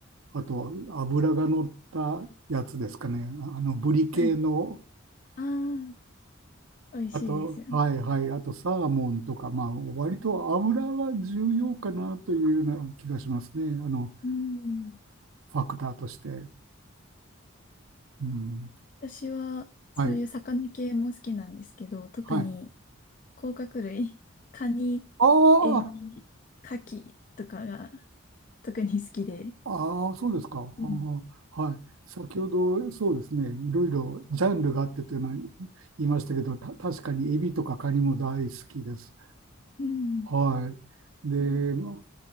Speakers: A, on the right; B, on the left.
A: あとは脂が乗ったやつですかね。あの、ブリ系の、
B: はい。ああ、美味しいですよね。
A: あと、はいはい、あとサーモンとか、まあ、割と油が重要かなというような気がしますね。あの、
B: うん。
A: ファクターとして。うん。
B: 私は、そういう魚系も好きなんですけど、
A: はい。
B: 特に
A: はい。
B: 甲殻類、カニ、
A: あ
B: エビ、
A: あ、
B: カキとかが特に好きで。
A: ああー、そうですか。あーはい。
B: うん。
A: 先ほど、そうですね、いろいろジャンルがあってというのは言いましたけど、た、確かにエビとかカニも大好きです。
B: うん。
A: はい。で、まあ